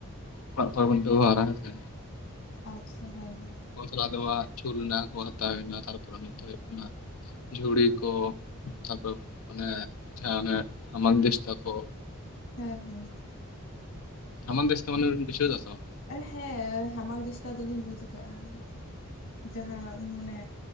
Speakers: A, on the left; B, on the left.
A: ᱚᱲᱟᱜ ᱠᱚᱨᱮ ᱵᱚᱱ ᱵᱮᱵᱚᱦᱟᱨᱟ ᱦᱮᱸ ᱥᱮ᱾
B: ᱟᱪᱪᱷᱟ ᱦᱮᱸ, ᱦᱮᱸ᱾
A: ᱢᱚᱥᱞᱟ ᱫᱚᱦᱚᱣᱟᱜ ᱪᱷᱩᱞᱱᱟ ᱠᱚ ᱦᱟᱛᱟᱣ ᱦᱩᱭ ᱱᱟ ᱾ ᱛᱟᱨᱯᱚᱨᱮ ᱱᱚᱛᱮ ᱦᱩᱭᱩᱜ ᱠᱟᱱᱟᱼᱼ ᱡᱷᱩᱲᱤ ᱠᱚ, ᱛᱟᱯᱚᱨ ᱚᱱᱮ ᱡᱟᱦᱟᱸ ᱚᱱᱮ, ᱦᱟᱢᱟᱞ ᱫᱤᱥᱛᱟ ᱠᱚ᱾
B: ᱦᱮᱸ, ᱦᱮᱸ᱾
A: ᱦᱟᱢᱟᱞ ᱫᱤᱥᱛᱟ ᱢᱟᱱᱮ ᱵᱤᱱ ᱵᱩᱡᱷᱟᱹᱣ ᱮᱫᱟ ᱥᱮ ᱵᱟᱝ?
B: ᱦᱮᱸ, ᱦᱟᱢᱟᱞ ᱫᱤᱥᱛᱟ ᱫᱚᱞᱤᱧ ᱵᱩᱡᱽ ᱟᱠᱟᱜᱼᱟ ᱾ ᱡᱟᱦᱟᱸ ᱢᱟᱱᱮᱼᱼ